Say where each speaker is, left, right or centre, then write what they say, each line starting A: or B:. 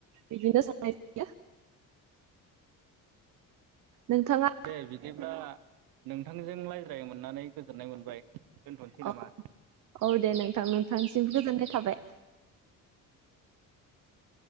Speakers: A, on the right (about 55°); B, on the right (about 85°).
A: बिदिनो सनाय जायो। नोंथाङा
B: दे बिदिब्ला नोंथांजों रायज्लायनो मोननानै गोजोननाय मोनबाय। दोनथ'नोसै
A: अ'
B: नामा?
A: औ दे नोंथां नोंथांनिसिम गोजोननाय थाबाय।